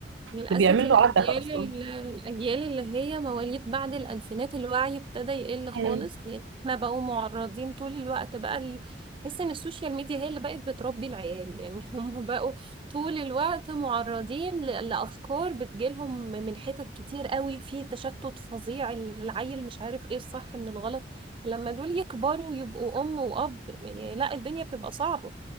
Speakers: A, on the right; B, on the right.
A: للأسف
B: ده بيعمل
A: الأجيال
B: له عتبه اصلا
A: ال- الأجيال اللي هي مواليد بعد الألفينات الوعي ابتدى يقل خالص
B: مم.
A: لأن احنا بقوا معرضين طول الوقت بقى ال- بحس إن السوشيال ميديا هي اللي بقت بتربي العيال يعني <laughs> هم بقوا طول الوقت معرضين ل- لأفكار بتجيلهم من حتت كتير قوي في تشتت فظيع العيل مش عارف إيه الصح من الغلط فلما دول يكبروا ويبقوا أم وأب يعني لا الدنيا بتبقى صعبة